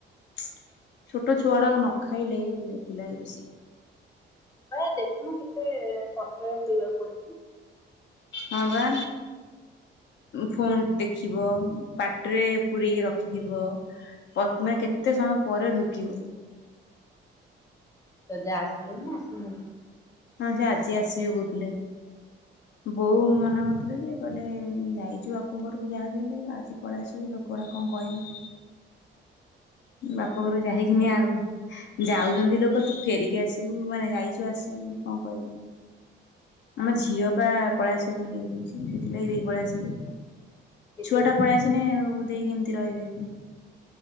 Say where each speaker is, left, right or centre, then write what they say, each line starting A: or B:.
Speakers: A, on the left (about 65°); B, on the left (about 15°).
A: ଛୋଟଛୁଆଗୁଡା ନ ଖାଇଲେ ବିରକ୍ତି ଲାଗେ ବେଶୀ।
B: ହଁ ବା ଦେଖୁନୁ କେତେ କଷ୍ଟରେ ଖୁଆଇବାକୁ ପଡୁଛି।
A: ହଁ ବା ଫୋନ ଦେଖିବ, ପାଟିରେ ପୂରେଇକି ରଖିଥିବ, ମାନେ କେତେ ସମୟ ପରେ ଢୋକିବ।
B: ତୋ ଜା ଆସିଲେଣି ନା ଆସିନାହାନ୍ତି?
A: ହଁ ସେ ଆଜି ଆସିବେ କହୁଥିଲେ। ବୋଉ ମନା କରୁଥିଲ ଯେ କହିଲେ ଯାଇଛୁ ବାପଘରକୁ ଯାହା ଯେମିତି ଆଜି ପଳେଇ ଆସିବୁ ଲୋକଗୁଡ଼ା କଣ କହିବେ? ବାପ ଘରୁ ଯାଇକିନି ଆଉ ଯାଉଛନ୍ତି ଲୋକ ତୁ ଫେରିକି ଆସିବୁ ମାନେ ଯାଇଛୁ ଆସିବୁ କଣ କହିବେ? ଆମ ଝିଅ ପା ପଳେଇଆ ଦେ ବୋଲିକି କୋହୁଚି। ସେଥିଲାଗି ଦେଇ ପଳେଇଆସିଲି।
B: କେତେ
A: ଛୁଆଟା
B: ଦିନ
A: ପଳେଇ ଆସିନେ ଆଉ ଦେଇ କେମ ତି ରହିବେ କି?